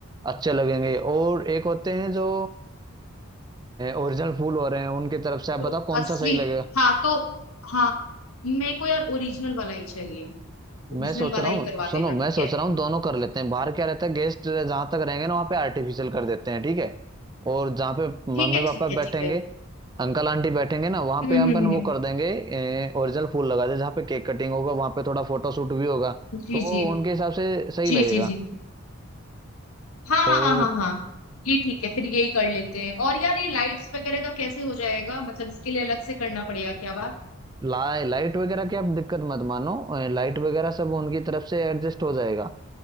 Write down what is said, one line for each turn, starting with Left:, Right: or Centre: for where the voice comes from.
Right: अच्छे लगेंगे और एक होते हैं जो ओरिजिनल फूल हो रहे हैं उनकी तरफ से आप
Left: जो
Right: बताओ कौन
Left: असली
Right: सा सही लगेगा
Left: हाँ तो हाँ मेरे को यार ओरिजिनल वाला ही चाहिए ओरिजिनल
Right: मैं सोच
Left: वाला
Right: रहा
Left: ही
Right: हूँ
Left: करवा
Right: सुनो
Left: देना
Right: मैं
Left: ठीक
Right: सोच
Left: है
Right: रहा हूँ दोनों कर लेते हैं बाहर क्या रहता है गेस्ट जहां तक रहेंगे ना वहां पे आर्टिफिशियल कर देते हैं ठीक है और जहाँ पे मम्मी
Left: ठीक है
Right: पापा
Left: ठीक है
Right: बैठेंगे
Left: ठीक है
Right: अंकल आंटी बैठेंगे ना वहां
Left: हम्म
Right: पे अपन
Left: हम्म हम्म
Right: वो
Left: हम्म।
Right: कर देंगे ओरिजिनल फूल लगा दे जहाँ पे केक कटिंग होगा वहां पे थोड़ा फोटो शूट भी होगा
Left: जी
Right: तो
Left: जी
Right: उनके हिसाब से सही
Left: जी
Right: लगेगा
Left: जी जी हाँ हाँ
Right: और
Left: हाँ हाँ हाँ। ये ठीक है फिर यही कर लेते हैं और यार ये लाइट्स वगैरह का कैसे हो जाएगा मतलब इसके लिए अलग से करना पड़ेगा क्या बात
Right: ला लाइट वगैरह की आप दिक्कत मत मानो लाइट वगैरह सब उनकी तरफ से एडजस्ट हो जाएगा